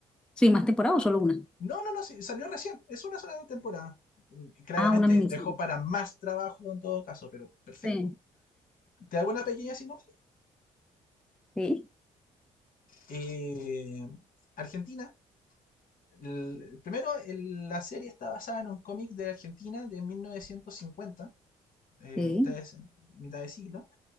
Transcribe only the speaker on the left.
No, no, no, sí, salió recién. Es una sola temporada. Y Claramente
dejó para más trabajo en todo caso, pero perfecto.
Te hago una pequeña sinopsis.
Eh, Argentina el- primero, el- la serie está basada en un cómic de Argentina de 1950, eh,
mitad de, mitad de siglo,